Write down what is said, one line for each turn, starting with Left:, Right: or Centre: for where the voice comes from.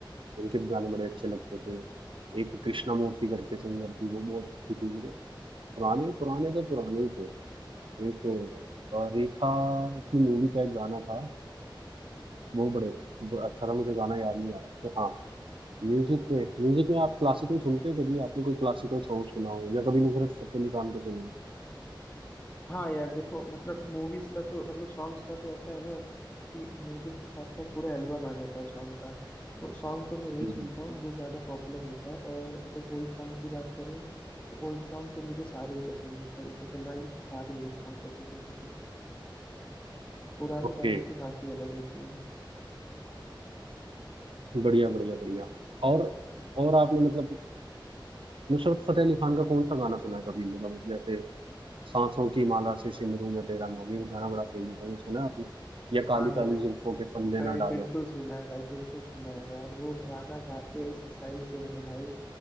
Right: उनके भी गाने बड़े अच्छे लगते थे एक कृष्णा मूर्ति करके सिंगर थी वो बहुत अच्छी थी मतलब पुराने पुराने तो पुराने ही थे एक अ, रेखा की मूवी का एक गाना था वो बड़े वो अच्छा था मुझे गाना याद नहीं आ रहा तो हाँ म्यूजिक में म्यूजिक में आप क्लासिकल सुनते हो कभी आपने कोई क्लासिकल सॉन्ग सुना हो या कभी नुसरत फतेह अली खान को सुना हो
Left: हाँ यार देखो मतलब मूवीज का तो मतलब सॉन्ग्स का तो ऐसा है ना कि मूवीज के साथ साथ पूरा एल्बम आ जाता है सॉन्ग का तो सॉन्ग तो मैं वही
Right: हम्म,
Left: सुनता हूँ जो ज्यादा पॉपुलर होता है और अगर ओल्ड सॉन्ग की बात करें तो ओल्ड सॉन्ग तो मुझे सारे ही पसंद है एक तरीके से लाइन से सारे ओल्ड सॉन्ग पसंद है मुझे पुराने
Right: ओके
Left: गानों की बात ही अलग होती है
Right: बढ़िया बढ़िया बढ़िया और और आपने मतलब नुसरत फतेह अली खान का कौन सा गाना सुना है कभी मतलब जैसे सांसों की माला से सिमरू में तेरा नाम ये गाना बड़ा फेमस है ये सुना है आपने या काली
Left: हाँ यार
Right: काली जुल्फों के फंदे
Left: अरे
Right: ना डालो
Left: बिल्कुल सुना है भाई बिल्कुल सुना है यार वो गाना गाते हैं इस स्टाइल से है ना भाई